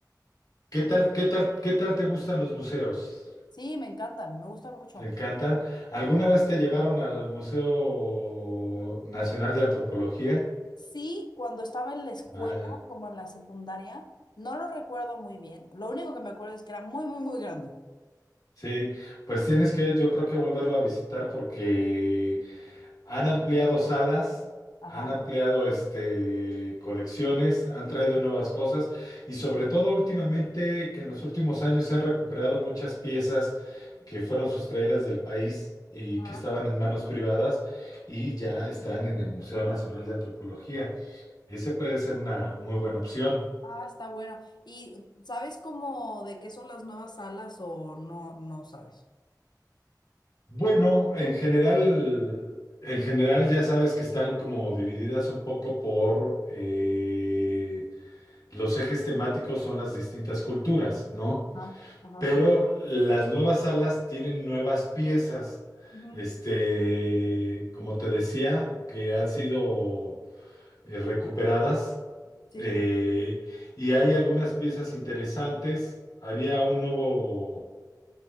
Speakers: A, on the left; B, on the left.
A: ¿qué tal, qué tal, qué tal te gustan los museos?
B: Sí, me encantan, me gustan mucho.
A: ¿Te encantan? ¿Alguna vez te llevaron al Museo Nacional de Antropología?
B: Sí, cuando estaba en la escuela,
A: Ah, ya.
B: como en la secundaria, no lo recuerdo muy bien. Lo único que me acuerdo es que era muy, muy, muy grande.
A: Sí, pues tienes que, yo creo que volverlo a visitar porque Han ampliado salas,
B: Ajá.
A: han ampliado este, colecciones, han traído nuevas cosas y sobre todo últimamente que en los últimos años se han recuperado muchas piezas que fueron sustraídas del país y
B: Ah,
A: que estaban en manos privadas y ya están en el Museo Nacional de Antropología. Ese puede ser una muy buena opción.
B: ah, está bueno. ¿Y sabes cómo de qué son las nuevas salas o no, no sabes?
A: Bueno, en general, en general ya sabes que están como divididas un poco por eh, los ejes temáticos son las distintas culturas, ¿no?
B: Ajá, ajá.
A: Pero las nuevas salas tienen nuevas piezas,
B: Ujú.
A: este, como te decía, que han sido eh, recuperadas
B: Sí.
A: eh, y hay algunas piezas interesantes. Había un nuevo,